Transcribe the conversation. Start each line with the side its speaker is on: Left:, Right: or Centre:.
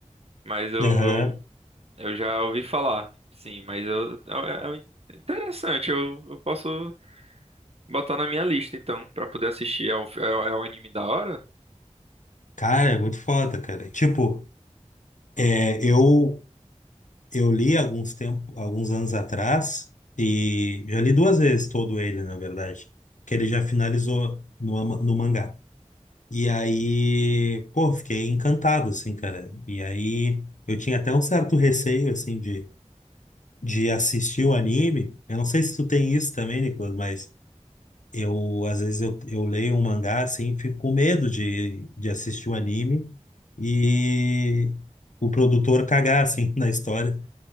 Right: Mas eu,
Left: Aham.
Right: eu, eu já ouvi falar, sim, mas eu, é, é é interessante, eu, eu posso botar na minha lista, então, pra poder assistir. É um, é um é um anime da hora?
Left: Cara, é muito foda, cara. Tipo, é, eu eu li alguns tempo, alguns anos atrás e já li duas vezes todo ele, na verdade, que ele já finalizou no, ama- no mangá. E aí, pô, fiquei encantado, assim, cara. E aí, eu tinha até um certo receio, assim, de, de assistir o anime. Eu não sei se tu tem isso também, Nicolas, mas Eu, às vezes, eu, eu leio um mangá, assim, fico com medo de, de assistir o anime e o produtor cagar, assim, <laughs> na história.